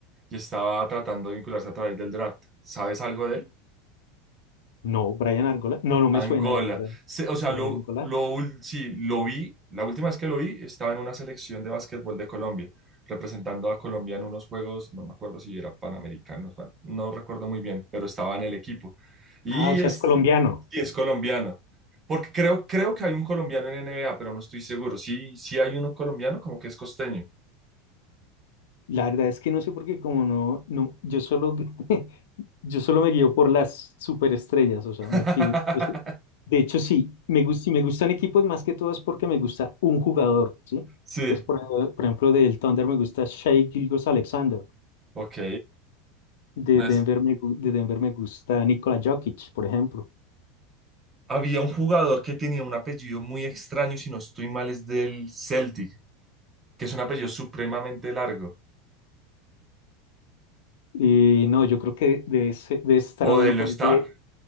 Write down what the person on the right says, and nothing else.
y estaba tratando de vincularse a través del draft. ¿Sabes algo de él?
Angola.
Se- o sea,
lo,
lo, ul- sí, lo vi, la última vez que lo vi estaba en una selección de básquetbol de Colombia, representando a Colombia en unos juegos, no me acuerdo si era Panamericanos, bueno, no recuerdo muy bien, pero estaba en el equipo. Y
es,
y es colombiano, porque creo, creo que hay un colombiano en NBA, pero no estoy seguro. Sí, sí hay uno colombiano, como que es costeño.
<laughs>
Sí,
ok.
No es-
Había un jugador que tenía un apellido muy extraño, si no estoy mal, es del Celtic. que es un apellido supremamente largo,
o
de lo
Star,